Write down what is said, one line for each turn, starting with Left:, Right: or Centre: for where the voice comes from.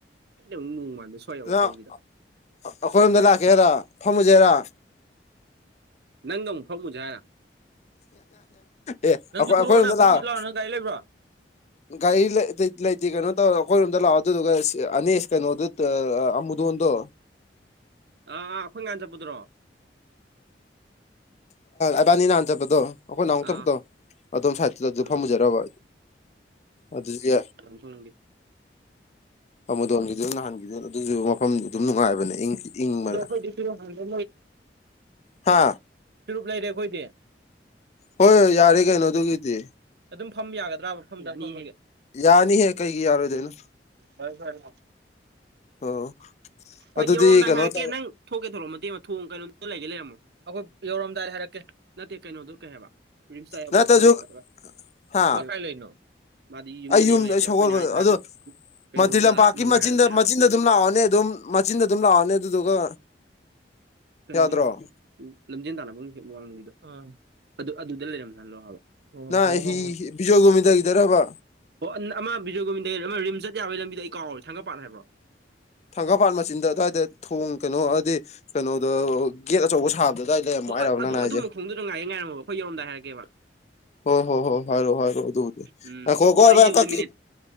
Right: ꯑꯩꯅ ꯑꯃꯨꯛ ꯅꯣꯡꯃꯥꯟꯕꯗ ꯁ꯭ꯋꯥꯏ ꯌꯥꯎꯔꯛꯇꯧꯕꯤꯗ
Left: ꯅꯪ ꯑꯩꯈꯣꯏꯔꯣꯝꯗ ꯂꯥꯛꯀꯦꯔ ꯊꯝꯃꯨꯁꯦꯔꯥ
Right: ꯅꯪꯒ ꯑꯃꯨꯛ ꯐꯝꯃꯨꯁꯦ ꯍꯥꯏꯔꯥ
Left: ꯑꯦ
Right: ꯅꯪꯁꯨ
Left: ꯑꯩꯈꯣꯏ ꯑꯩꯈꯣꯏ
Right: ꯊꯣꯛꯂꯛꯑꯣꯅ
Left: ꯁꯣꯝꯗ
Right: ꯐꯝꯃꯨꯁꯤ
Left: ꯂꯥꯛꯑ
Right: ꯂꯥꯎꯅ ꯅꯪ ꯒꯥꯔꯤ ꯂꯩꯕ꯭ꯔꯣ
Left: ꯒꯥꯔꯤ ꯂꯩꯇ ꯀꯩꯅꯣ ꯇꯧꯔ ꯑꯩꯈꯣꯏꯔꯣꯝꯗ ꯂꯥꯛꯑꯣ ꯑꯗꯨꯗꯨꯒ ꯑꯅꯦꯁ ꯀꯩꯅꯣꯗꯨ ꯑꯃꯨꯗꯣꯟꯗꯣ
Right: ꯑꯥ ꯑꯥ ꯑꯩꯈꯣꯏ ꯉꯥꯟ ꯆꯠꯄꯗꯨ꯭ꯔꯣ
Left: ꯏꯕꯥꯅꯤ ꯅꯍꯥꯟꯖꯕꯗꯣ ꯑꯩꯈꯣꯏ ꯅꯥꯎꯊꯄꯗꯣ
Right: ꯑꯥ
Left: ꯑꯗꯨꯣꯝ ꯁꯥꯏꯠꯇꯨꯗ ꯑꯗꯨ
Right: ꯀꯩꯅꯣ
Left: ꯐꯝꯃꯖꯔꯕ ꯑꯗꯨꯗꯤ
Right: ꯌꯥꯝꯪ ꯊꯪꯗꯤ
Left: ꯑꯃ ꯃꯗꯣꯟꯈꯤꯗꯅ ꯅꯍꯥꯟꯈꯤꯗꯅ ꯑꯗꯨ ꯃꯐꯝ ꯑꯗꯨꯝ ꯅꯨꯡꯉꯥꯏꯕꯅꯦ ꯏꯪꯁꯤ ꯏꯪꯕꯗ
Right: ꯑꯗꯣ ꯑꯩꯈꯣꯏꯗꯤ ꯇꯨꯔꯨꯞ ꯍꯥꯟꯕ
Left: ꯍꯥ
Right: ꯆꯨꯔꯨꯞ ꯂꯩꯔꯦ ꯑꯩꯈꯣꯏꯗꯤ
Left: ꯍꯣꯏ ꯍꯣꯏ ꯌꯥꯔꯦ ꯀꯩꯅꯣ ꯑꯗꯨꯒꯤꯗꯤ
Right: ꯑꯗꯨꯝ ꯐꯝ ꯌꯥꯒꯗ꯭ꯔꯥꯕ ꯃꯐꯝꯗꯗꯣꯏ
Left: ꯌꯥꯅꯤꯍꯦ ꯀꯩꯒꯤ ꯌꯥꯔꯣꯏꯗꯣꯏꯅꯣ
Right: ꯍꯣꯏ ꯍꯣꯏꯦ
Left: ꯑꯣ
Right: ꯍꯣꯏ
Left: ꯑꯗꯨꯗꯤ
Right: ꯌꯧꯔꯣꯝꯗꯥꯏ
Left: ꯀꯩꯅꯣ
Right: ꯍꯥꯏꯔꯛꯀꯦ
Left: ꯇꯧꯔꯣ
Right: ꯅꯪ ꯊꯣꯛꯀꯦ ꯊꯣꯛꯂꯛꯑꯣ ꯃꯇꯦꯛ ꯑꯃ ꯊꯣꯛꯣꯡꯉ ꯀꯩꯅꯣꯝ ꯂꯩꯒꯦ ꯂꯩꯔꯝꯃꯣ ꯑꯩꯈꯣꯏ ꯌꯧꯔꯝꯗꯥꯏ ꯍꯥꯏꯔꯛꯀꯦ ꯅꯠꯇꯦ ꯀꯩꯅꯣꯗꯣ ꯀꯩ ꯍꯥꯏꯕ ꯔꯤꯝꯁꯇꯥꯏꯕꯗ
Left: ꯅꯠꯇ꯭ꯔꯁꯨ
Right: ꯐꯣꯗꯠꯂ
Left: ꯍꯥ
Right: ꯀꯥꯏ ꯂꯩꯅꯣ ꯃꯥꯗꯤ ꯌꯨꯝꯗꯅꯦꯕ
Left: ꯑꯩ ꯌꯨꯝꯗ
Right: ꯂꯩꯇꯦ
Left: ꯑꯩ ꯁꯒꯣꯜ
Right: ꯑꯩꯈꯣꯏꯅ ꯍꯥꯏꯁꯤꯅ
Left: ꯑꯗꯣ
Right: ꯀꯩꯅꯣꯔꯣꯝꯗ
Left: ꯃꯟꯇ꯭ꯔꯤ ꯂꯝꯄꯥꯛꯀꯤ
Right: ꯂꯥꯛꯉꯥꯏꯍꯜꯂꯝꯗꯦ
Left: ꯃꯆꯤꯟꯗ
Right: ꯍꯥꯏꯕ
Left: ꯃꯆꯤꯟꯗ ꯑꯗꯨꯝ ꯂꯥꯛꯑꯣꯅꯦ ꯑꯗꯨꯝ ꯃꯆꯤꯟꯗ ꯑꯗꯨꯝ ꯂꯥꯛꯑꯣꯅꯦ ꯑꯗꯨꯗꯨꯒ
Right: ꯀꯩꯅꯣꯒꯤꯗꯣ
Left: ꯌꯥꯗ꯭ꯔꯣ
Right: ꯂꯝꯖꯦꯟ ꯇꯥꯟꯅꯕꯒꯤ ꯍ ꯋꯥꯡꯃꯒꯤꯗꯣ ꯑꯗꯨ ꯑꯗꯨꯗ ꯂꯩꯔꯝꯍꯜꯂꯣ ꯍꯥꯏꯕ ꯑꯣ
Left: ꯅ
Right: ꯍꯣ
Left: ꯍ
Right: ꯍꯣ ꯍꯣ
Left: ꯕꯤꯖꯣꯏ ꯨꯃꯤꯗꯒꯤꯗꯕ
Right: ꯑꯣ ꯑꯃ ꯕꯤꯖꯣꯏꯒꯣꯃꯤꯕꯤꯗ ꯑꯃ ꯝ ꯆꯠ ꯌꯥꯔꯣꯏ ꯂꯝꯕꯤꯗ ꯑꯩ ꯀꯥꯎꯔꯦ ꯊꯪꯒ ꯄꯠ ꯍꯥꯏꯕ꯭ꯔꯣ
Left: ꯊꯪꯒꯥꯄꯥꯠ ꯃꯆꯤꯟꯗ ꯑꯗꯨꯋꯥꯏꯗ ꯊꯣꯡ ꯀꯩꯅꯣ ꯍꯥꯏꯗꯤ ꯀꯩꯅꯣꯗ ꯒꯦꯠ ꯑꯆꯧꯕ ꯁꯥꯕꯗ ꯑꯗꯨꯏ ꯂꯩꯝꯨ
Right: ꯑꯣ
Left: ꯍꯥꯏꯔꯕ
Right: ꯑꯗꯨ
Left: ꯅꯅ ꯍꯥꯏꯁꯦ
Right: ꯑꯗꯨ ꯉꯥꯏꯌꯦ ꯉꯥꯏꯔꯃꯣ ꯑꯩꯣꯏ ꯌꯔꯝꯗ ꯍꯥꯏꯔꯒꯦꯕ
Left: ꯍꯣ ꯍꯣ ꯍꯣ ꯍꯔꯣ ꯍꯔꯣ ꯑꯗꯨ
Right: ꯎꯝ
Left: ꯑꯀꯣꯀꯣꯕ
Right: ꯁꯤ ꯋꯥꯔꯤꯁꯤꯕꯨꯗꯤ
Left: ꯑꯀꯣ
Right: ꯃꯤꯅꯤꯠ